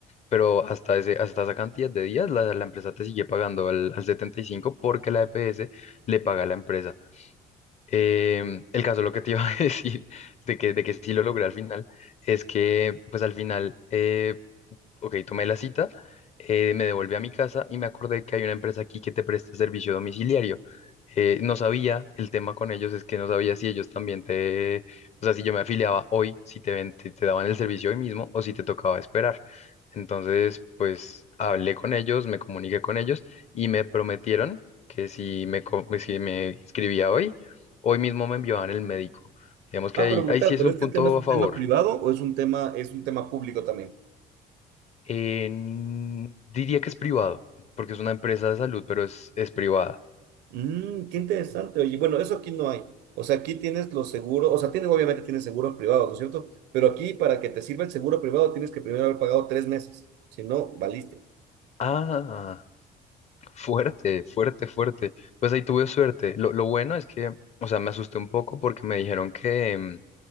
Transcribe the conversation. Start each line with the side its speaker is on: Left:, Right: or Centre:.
Left: pero hasta ese, hasta esa cantidad de días la, la empresa te sigue pagando al, al 75% porque la EPS le paga a la empresa. Em, el caso, lo que te iba a <laughs> decir, de que, de que sí lo logré al final, es que pues al final, eh, Ok, tomé la cita, eh, me devolví a mi casa y me acordé que hay una empresa aquí que te presta servicio domiciliario. Eh, no sabía, el tema con ellos es que no sabía si ellos también te, o sea, si yo me afiliaba hoy, si te, ven- te, te daban el servicio hoy mismo o si te tocaba esperar. Entonces, pues hablé con ellos, me comuniqué con ellos y me prometieron que si me, co- si me inscribía hoy, hoy mismo me enviaban el médico. Digamos que
Right: Ah,
Left: ahí,
Right: pero brutal,
Left: ahí sí es
Right: pero
Left: un
Right: este
Left: punto
Right: tema es un
Left: a favor.
Right: tema privado o es un tema, es un tema público también.
Left: Eh, n- diría que es privado, porque es una empresa de salud, pero es, es privada.
Right: Mm, qué interesante. Oye, bueno, eso aquí no hay. O sea, aquí tienes los seguros, o sea, tienes, obviamente tienes seguros privados, ¿no es cierto? Pero aquí, para que te sirva el seguro privado, tienes que primero haber pagado tres meses. Si no, valiste.
Left: Ah, fuerte, fuerte, fuerte. Pues ahí tuve suerte. Lo, lo bueno es que, o sea, me asusté un poco porque me dijeron que, mm,